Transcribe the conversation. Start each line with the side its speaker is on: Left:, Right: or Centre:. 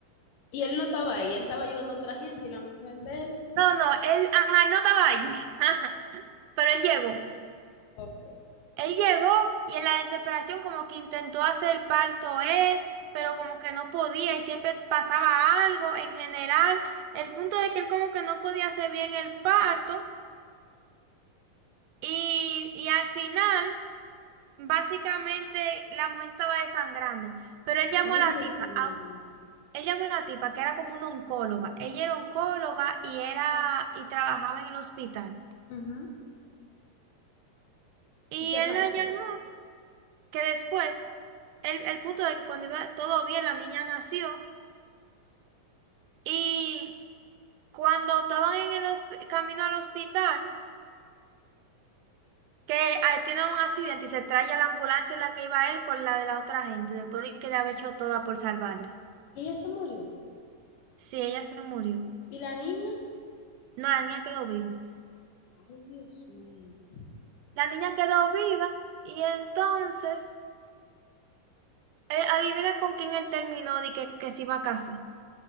Left: Y él no estaba ahí, él estaba ayudando a otra gente y la mujer de él.
Right: No, no, él, ajá, él no estaba ahí, <laughs> ajá, pero él llegó.
Left: Ok.
Right: Él llegó y en la desesperación como que intentó hacer el parto él, pero como que no podía y siempre pasaba algo en general. El punto es que él como que no podía hacer bien el parto. Y, y al final, básicamente, la mujer estaba desangrando, pero él llamó
Left: Ay,
Right: a la
Left: Dios
Right: tipa,
Left: mío.
Right: a un- él llamó a la tipa que era como una oncóloga. Ella era oncóloga y era y trabajaba en el hospital.
Left: Ujú.
Right: Y
Left: ¿Y qué
Right: él
Left: pasó?
Right: la llamó, que después, el, el punto de que cuando iba todo bien, la niña nació. Y cuando estaban en el hosp- camino al hospital, que ah, tiene un accidente y se trae a la ambulancia en la que iba él con la de la otra gente, después de que le había hecho toda por salvarla.
Left: Y ella se murió.
Right: Sí, ella se murió.
Left: ¿Y la niña?
Right: No, la niña quedó viva.
Left: Ay, Dios mío.
Right: La niña quedó viva y entonces, eh, adivina con quién él terminó de que, que se iba a casa.